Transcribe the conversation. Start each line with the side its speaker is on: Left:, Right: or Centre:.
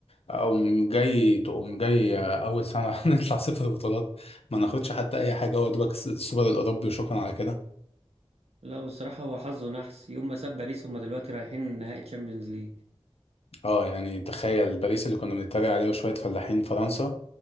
Left: أقوم جاي تقوم جاي أول سنة <laughs> نطلع صفر بطولات ما ناخدش حتى أي حاجة هو دوبك الس- السوبر الأوروبي وشكرا على كده
Right: لا والصراحه هو حظه نحس يوم ما ساب باريس هم دلوقتي رايحين نهائي تشامبيونز ليج
Left: أه يعني تخيل باريس اللي كنا بنتريق عليه وشوية فلاحين فرنسا